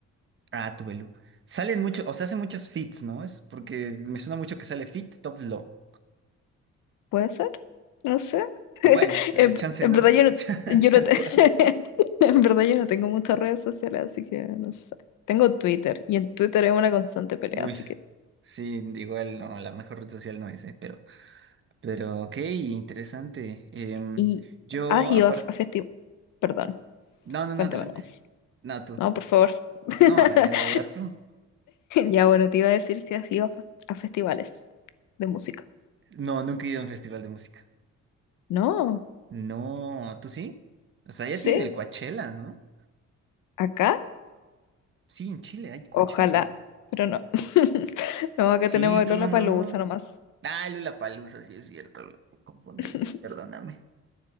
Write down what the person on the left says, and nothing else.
¿Puede ser? No sé.
<laughs>
En,
en
verdad yo no,
yo
no te- <laughs>
en verdad yo no tengo muchas redes sociales, así que no sé. Tengo Twitter y en Twitter es una constante pelea,
así que.
Y
has ido
a, f- a festivales. Perdón,
cuéntame
más.
No, por favor. <laughs>
Ya bueno, te iba a decir si has ido a, fe- a festivales de música.
No,
sí,
acá,
ojalá,
pero no. <laughs> No, acá
tenemos el
Lollapalooza
nomás.
<laughs>